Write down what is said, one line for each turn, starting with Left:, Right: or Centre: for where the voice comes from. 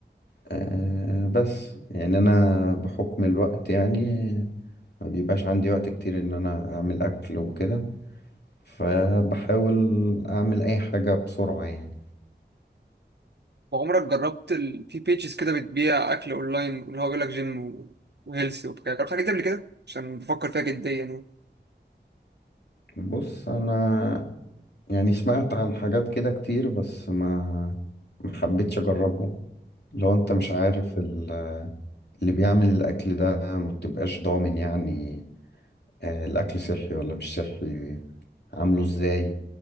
Left: آه بس يعني انا بحكم الوقت يعني ما بيبقاش عندي وقت كتير ان انا اعمل اكل وكده فبحاول اعمل اي حاجة بسرعة يعني
Right: وعمرك جربت ال... في بيجز كده بتبيع اكل اونلاين اللي هو بيقول لك جيم و... وهيلثي وبتاع جربت حاجه دي قبل كده عشان بفكر فيها جديا يعني
Left: بص انا يعني سمعت عن حاجات كده كتير بس ما ما حبيتش اجربهم لو انت
Right: خلاص
Left: مش عارف ال- اللي بيعمل الاكل ده ما بتبقاش ضامن يعني آه، الاكل صحي ولا مش صحي عامله ازاي